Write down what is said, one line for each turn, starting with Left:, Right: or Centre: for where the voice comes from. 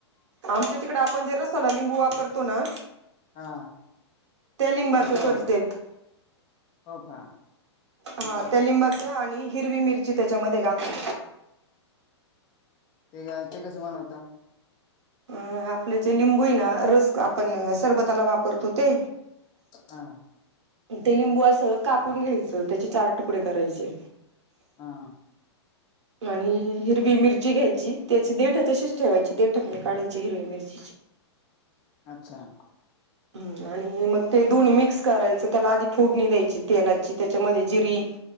Right: आमच्या तिकडे आपण जे रसाला लिंबू वापरतो ना
Left: हा
Right: त्या लिंबाच
Left: त्याच पण
Right: करतेत.
Left: हो का
Right: हा
Left: त्याच
Right: त्या लिंबाच आणि हिरवी मिरची त्याच्यामध्ये घालते.
Left: ते ते कसं बनवता
Right: अ आपलं जे लिंबू आहे ना रस आपण सरबताला वापरतो ते
Left: हा
Right: ते लिंबू असे कापून घ्यायचं त्याचे चार तुकडे करायचे.
Left: हा
Right: आणि हिरवी मिरची घ्यायची त्याची देठ तशीच ठेवायची देठ नाही काढायची हिरवी मिरची
Left: अच्छा.
Right: ह्म आणि मग ते दोन्ही मिक्स, करायच त्याला आधी फोडणी द्यायची तेलाची त्याच्यामध्ये जिरी,